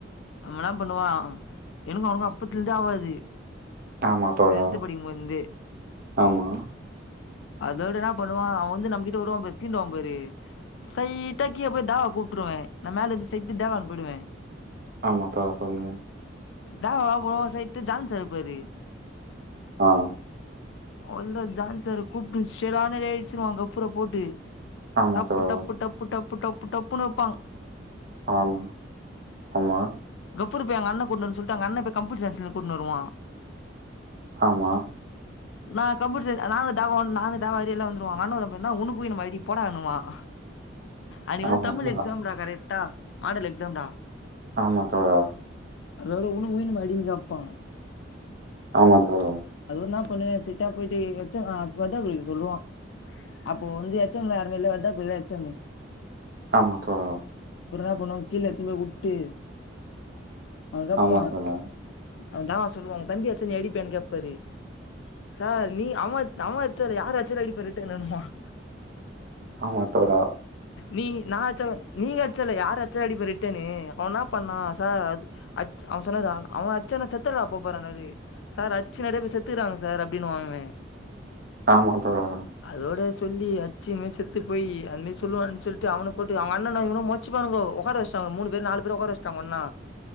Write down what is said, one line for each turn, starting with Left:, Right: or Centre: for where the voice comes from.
Left: நம்மல்லா பண்ணுவான் எனக்கு அவனுக்கு அப்பத்துலந்தே ஆவாது
Right: ஆமா தோழா
Left: டென்த் படிக்கும்போதிந்தே
Right: ஆமா
Left: அதோட என்னா பண்ணுவான் அவன் வந்து நம்ம கிட்ட வருவான் பாரு சீனுவான் பாரு ஸ்சைட்டா கீழ போய் தாவ கூப்ட்ருவேன் நா மேல இந்து செட் தேவான் போய்டுவேன்
Right: ஆமா தோழா சொல்லுங்க
Left: தேவா வா போவோ சைட்டு ஜான் சார் இருப்பாரு
Right: ஆ
Left: அவந்தா ஜான் சார கூப்ட்டு ஷெலானரே அழிச்சுருவான் கஃபூர போட்டு
Right: ஆமா
Left: டப்பு
Right: தோழா
Left: டப்பு டப்பு டப்பு டப்பு டப்புன்னு வெப்பான்
Right: ஆமா ஆமா
Left: கஃபூர போய் எங்க அண்ண கூன்டு வர சொல்ட்டு எங்க அண்ண போய் கம்யூர் சன்ஸ்ல கூன்டு வருவான்
Right: ஆமா
Left: நா கம்ப்யூட்டர் சயின் நானு தேவா நானு தேவாரியெல்லா வந்துருவான் எங்க அண்ண என்ன பண்ணா உன்க்கு என்ன மாரி போடா எண்ணுவான் அனைக்கு வந்து
Right: ஆமா
Left: தமிழ்
Right: தோழா
Left: எக்ஸாம்டா கரெக்ட்டா மாடல் எக்ஸாம்டா
Right: ஆமா தோழா
Left: அதோட உன்க்கு வேணுமா அடின்னு கேப்பான்
Right: ஆமா தோழா
Left: அது ஒன்னா பண்ணுவ சிட்டா போய்ட்டு எச்சா அ ப்இதா போய் சொல்லுவான் அப்போ வந்து எச் ம்ல யாருமெ இல்ல அதா புது எச் ம்
Right: ஆமா தோழா
Left: அப்றோ என்ன பண்ணுவோ கீழ எத்துன்னு போய் வுட்டு அதுதா
Right: ஆமா
Left: பா
Right: தோழா
Left: அதா சொல்லுவான் உன் தம்பி அச்சா நீ அடிப்பயான்னு கேப்பாரு சார் நீ அவன் அவன் அச்சாலூ யார் அச்சாலு அடிப்பன் ரிட்டனுவான்
Right: ஆமா தோழா
Left: நீங் நா அச்சாலு நீங்க அச்சாலு யார் அச்சாலு அடிப்பாரு ரிட்டனூ அவனா ப்பனா சார் அது அச் அவன் சொன்னாரு அ அவன் அச்சானா நா செத்தரவா போ போறனாறு சார் அச்சு நெறயா பேர் செத்துகறாங்க சார் அப்டின்னுவான் இவன்
Right: ஆமா தோழா
Left: அதோட சொல்லி அட்ச்சு இந்த மாரி செத்துப்போயி அந்த மாயி சொல்லுவாருன் சொல்ட்டு அவன போட்டு அவ்ங்க அண்ணனு இவனு மொத் ச்சுபானுங்கோ ஒக்கார வச்டாங்க மூணு பேரு நாலு பேர ஒக்கார வச்டாங்க ஒன்னா